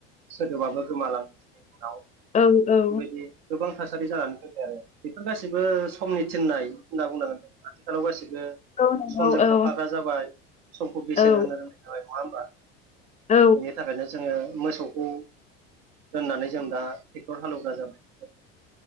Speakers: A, on the right (about 75°); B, on the left (about 25°).
A: सोदोबाबो गोमालांसिगोन उनाव।
B: औ औ
A: बेबायदि गोबां थासारि जानानै फैबाय आरो बेफोर गासैबो समनि थिननाय होनना बुंनांगोन जों आथिखालाव गासैबो बे
B: औ नंगौ
A: समजों
B: औ
A: खारफाग्रा जाबाय समखौ बेसेन
B: औ
A: होनो रोंनाय थाबाय नङा होमबा।
B: औ
A: बेनि थाखायनो जोङो मोसौ- खौ दोननानै जों दा टेक्टर हालेवग्रा जाबाय।